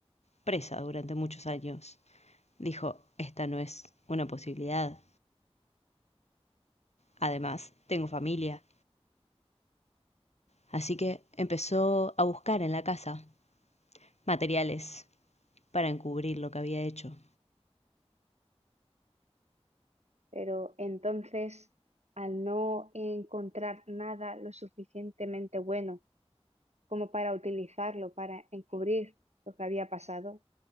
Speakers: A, on the left; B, on the right.
A: presa durante muchos años. Dijo, esta no es una posibilidad. Además, tengo familia. Así que empezó a buscar en la casa materiales para encubrir lo que había hecho.
B: Pero entonces, al no encontrar nada lo suficientemente bueno como para utilizarlo, para encubrir lo que había pasado,